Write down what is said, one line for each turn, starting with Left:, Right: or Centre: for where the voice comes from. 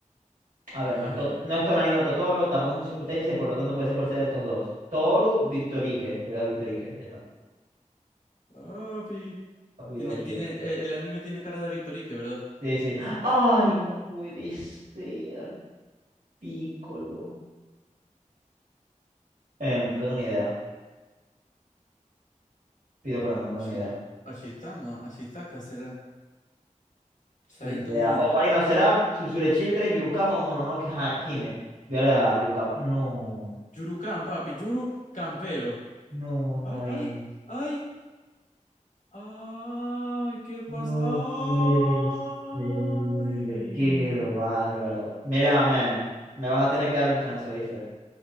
Right: A ver,
Left: Eh,
Right: no es, To- no es Tonarino Totoro, tampoco es Mushokutense, por lo tanto puede ser cualquiera de estos dos. Toru, Victorique. Le voy a dar Victorique, ya está.
Left: papi.
Right: Papi
Left: Tiene,
Right: lo quiero.
Left: tiene, el, el anime tiene cara de Victorique, ¿verdad?
Right: Sí, sí. Ay, no puede ser. Piccolo. Em, no tengo ni idea. Pido perdón, no tengo
Left: Ashi-
Right: ni idea. No
Left: Ashitama, Ashitaka será. Saito
Right: tengo ni idea.
Left: Uena.
Right: Ocarina of Seraph, Tsuzure Children, Yurukama o Mononoke Hi- Hime. Voy a la Yurukama. No,
Left: Yurukan, papi. Yuru Campero.
Right: no, no
Left: Ay,
Right: es.
Left: ay, ay. Ay, ¿qué pasa?
Right: No
Left: Ay.
Right: puede ser. Qué bárbaro. Mira, man, me vas a tener que dar un chance, ¿viste?